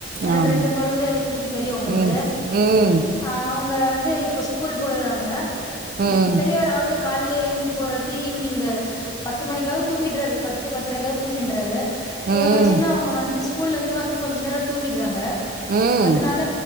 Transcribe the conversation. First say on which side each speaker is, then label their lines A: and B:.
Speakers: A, on the left; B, on the right.
A: எனக்கு
B: ஆமாம்
A: ரெண்டு குழந்தை இரு குனு தெரியும் உங்களுக்கு
B: ம் ம்
A: அவங்க வந்து இப்ப ஸ்கூல் போயறாங்க
B: ம்
A: பெரியவராவது கா ல எந்தி போறது ஈவினிங் பத்து மணிக்காக தூங்கிடுறாரு பத் த்து பத்திரகளா தூங்கின்றாரு
B: ம்
A: இவங்க சின்னவங்க வந்து ஸ்கூல்ல இருந்து வந்து கொஞ்சம் நேரம் தூங்கிடுறாங்க
B: ம்
A: அதனால